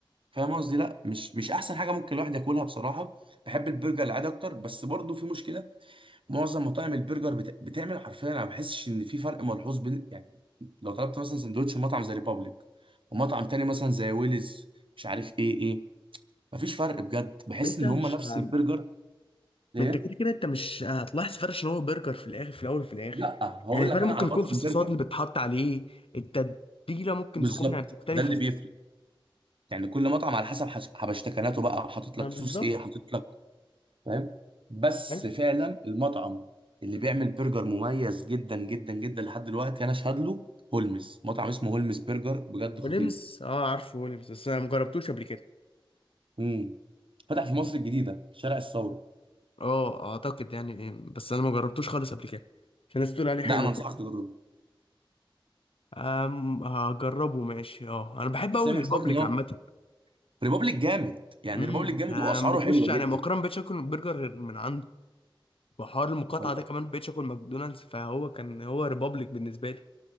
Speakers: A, on the right; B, on the left.
A: فاهم قصدي لا مش مش احسن حاجه ممكن الواحد ياكلها بصراحه بحب البرجر العادي اكتر بس برضو في مشكله معظم مطاعم البرجر بت... بتعمل حرفيا انا ما بحسش ان في فرق ملحوظ بين يعني لو طلبت مثلا سندوتش من مطعم زي ريبابليك ومطعم تاني مثلا زي ويلز مش عارف ايه ايه مفيش فرق بجد بحس
B: انت
A: ان
B: مش
A: هم نفس
B: ه-
A: البرجر ايه
B: ما انت كده كده انت مش هتلاحظ فرق عشان هو برجر في الاخر في الاول وفي الاخر
A: لا هقول
B: يعني الفرق
A: لك انا
B: ممكن
A: على
B: يكون
A: مطعم
B: في الصوصات
A: برجر
B: اللي بتحط عليه التتبيله ممكن
A: بالظبط
B: تكون يعني مختلفه
A: ده اللي بيفرق يعني كل مطعم على حسب حش- حبشتكناته بقى حاطط لك
B: يعني
A: صوص
B: بالظبط
A: ايه حاطط لك فاهم بس
B: حلو.
A: فعلا المطعم اللي بيعمل برجر مميز جدا جدا جدا لحد دلوقتي انا اشهد له هولمز مطعم اسمه هولمز برجر بجد خطير
B: ولمس اه عارفه ولمس بس انا مجربتوش قبل كده
A: امم فتح
B: يعني
A: في مصر الجديده شارع الثوره
B: اه اعتقد يعني إيه، بس انا مجربتوش خالص قبل كده عشان الناس تقول عليه حلو
A: ده انا انصحك
B: كده
A: تجربه
B: أم هجربه ماشي اه انا بحب
A: سامح
B: اقول الريبابليك
A: صوتك ان هو
B: عامه
A: ريبابليك جامد يعني
B: امم
A: ريبابليك جامد
B: أم
A: واسعاره
B: بخش
A: حلوه
B: يعني
A: جدا
B: مؤخرا مبقتش اكل برجر غير من عنده وحوار المقاطعه
A: والله
B: ده كمان مبقتش اكل ماكدونالدز فهو كان هو ريبابليك بالنسبه لي